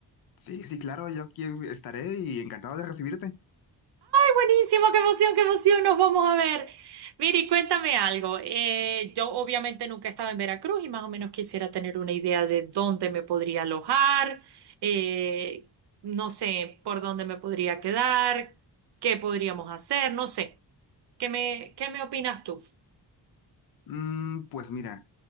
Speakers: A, on the left; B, on the right.
A: Sí, sí, claro, yo aquí estaré y encantado de recibirte.
B: Buenísimo, qué emoción, qué emoción, nos vamos a ver. Miri, cuéntame algo. Eh, yo obviamente nunca he estado en Veracruz y más o menos quisiera tener una idea de dónde me podría alojar, eh, no sé, por dónde me podría quedar, qué podríamos hacer, no sé. ¿Qué me, qué me opinas tú?
A: Mm, pues mira,